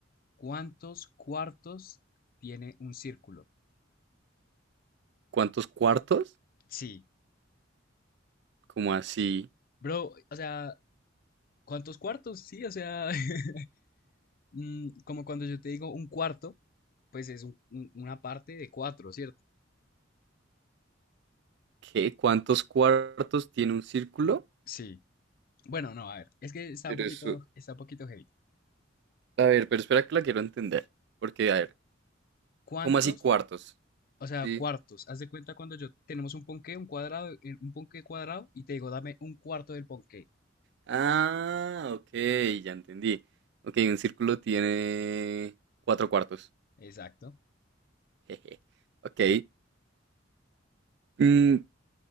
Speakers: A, on the left (about 50°); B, on the right (about 60°).
A: ¿Cuántos cuartos tiene un círculo?
B: ¿Cuántos cuartos?
A: Sí.
B: Como así?
A: Bro, o sea, ¿cuántos cuartos? Sí, o sea, <laughs> mm, como cuando yo te digo un cuarto, pues es un- un- una parte de cuatro, ¿cierto?
B: ¿Qué? ¿Cuántos cuartos tiene un círculo?
A: Sí. Bueno, no, a ver. Es que está
B: Pero
A: un poquito,
B: eso.
A: está un poquito heavy.
B: A ver, pero espera que la quiero entender. Porque, a ver,
A: ¿Cuántos
B: ¿cómo así cuartos?
A: O sea,
B: Sí.
A: cuartos. Haz de cuenta cuando yo tenemos un ponqué, un cuadrado, eh, un ponqué cuadrado, y te digo, dame un cuarto del ponqué.
B: Ah, ok, ya entendí. Ok, un círculo tiene cuatro cuartos.
A: Exacto.
B: <laughs> Jeje. Ok. Mm,